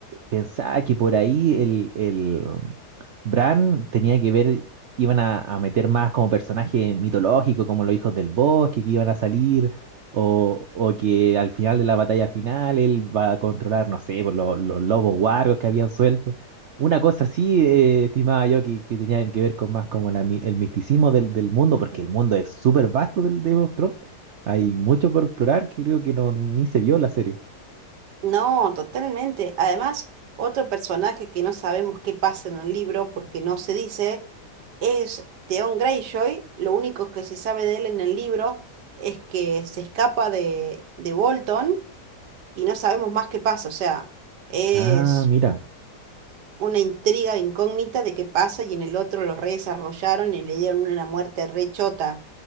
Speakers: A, on the right; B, on the right.
A: Pensaba que por ahí el, el um, Bran tenía que ver, iban a, a meter más como personaje mitológico, como los hijos del bosque que iban a salir, o, o que al final de la batalla final él va a controlar, no sé, por los, los lobos guargos que habían suelto. Una cosa así, eh, estimaba yo, que, que tenían que ver con más como la, mi- el misticismo del, del mundo, porque el mundo es súper vasto del Game of Thrones. Hay mucho por explorar que creo que no, ni se vio en la serie.
B: No, totalmente. Además, otro personaje que no sabemos qué pasa en el libro porque no se dice Es Theon Greyjoy, lo único que se sabe de él en el libro es que se escapa de, de Bolton y no sabemos más qué pasa, o sea, es
A: Ah, mira,
B: una intriga incógnita de qué pasa y en el otro lo redesarrollaron y le dieron una muerte rechota,